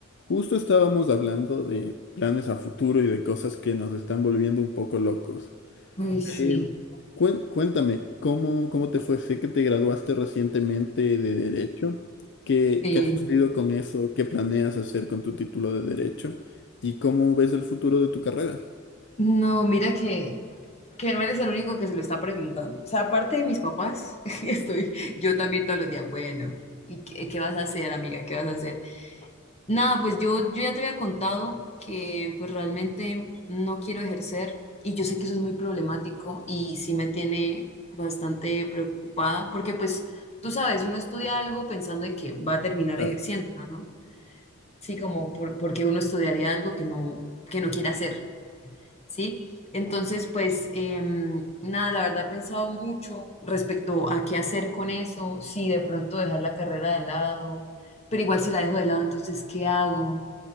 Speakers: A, on the left; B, on the left.
A: Justo estábamos hablando de planes a futuro y de cosas que nos están volviendo un poco locos.
B: Uy, sí,
A: Em, cuen- cuéntame, ¿cómo, cómo te fue? Sé que te graduaste recientemente de Derecho. ¿Qué,
B: sí.
A: qué ha sucedido con eso? ¿Qué planeas hacer con tu título de Derecho? ¿Y cómo ves el futuro de tu carrera?
B: No, mira que, que no eres el único que se lo está preguntando. O sea, aparte de mis papás, <laughs> estoy yo también todos los días, bueno, ¿y qué, qué vas a hacer, amiga? ¿Qué vas a hacer? Nada, pues yo, yo ya te había contado que pues realmente no quiero ejercer y yo sé que eso es muy problemático y sí me tiene bastante preocupada porque pues tú sabes, uno estudia algo pensando en que va a terminar
A: Claro.
B: ejerciendo, ¿no? Sí, como por- porque uno estudiaría algo que no, que no quiere hacer. ¿sí? Entonces, pues em, nada, la verdad he pensado mucho respecto a qué hacer con eso, si de pronto dejar la carrera de lado, pero igual si la dejo de lado, entonces, ¿qué hago?